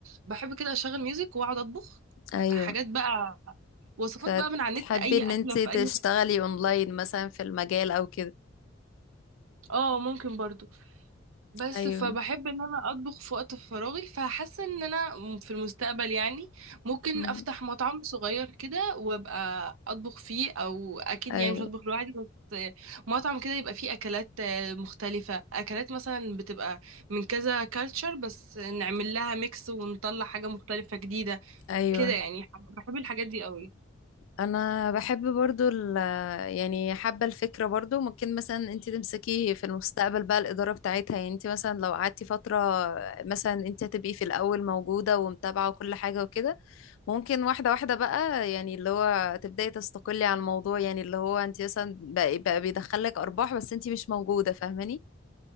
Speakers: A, on the right; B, on the left.
A: بحب كده اشغل ميوزك واقعد اطبخ
B: ايوه
A: حاجات بقى وصفات
B: فتحبي
A: بقى من على النت اي
B: ان
A: اكله
B: انت
A: في
B: تشتغلي
A: اي حته
B: اونلاين مثلا في المجال او كده
A: اه ممكن برضو بس
B: ايوه
A: فبحب ان انا اطبخ في وقت فراغي فحاسه ان انا في المستقبل يعني ممكن
B: مم.
A: افتح مطعم صغير كده وابقى اطبخ فيه او اكيد
B: ايوه
A: يعني مش هطبخ لوحدي بس مطعم كده يبقى فيه اكلات مختلفه اكلات مثلا بتبقى من كذا كالتشر بس نعمل لها ميكس ونطلع حاجه مختلفه جديده
B: ايوه
A: كده يعني بحب الحاجات دي قوي
B: انا بحب برضو ال يعني حابة الفكرة برضو ممكن مثلا انت تمسكي في المستقبل بقى الإدارة بتاعتها يعني انت مثلا لو قعدتي فترة مثلا انت هتبقي في الأول موجودة ومتابعة وكل حاجة وكده ممكن واحدة واحدة بقى يعني اللي هو تبدأي تستقلي على الموضوع يعني اللي هو انت مثلا بقى, بقى بيدخلك أرباح بس انت مش موجودة فاهماني